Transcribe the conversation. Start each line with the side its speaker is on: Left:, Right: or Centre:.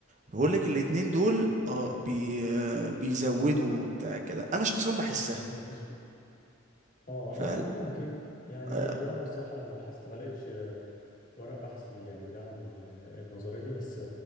Right: بقول لك الاتنين دول اه بي آه، بيزودوا بتاع كلام انا شخصيا بحسها
Left: مش اه
Right: فقال
Left: يعني ممكن يعني
Right: آه,
Left: هو انا بصراحة لما بحثت ما لقيتش ورق بحثي يعني بيدعم ال- النظرية دي بس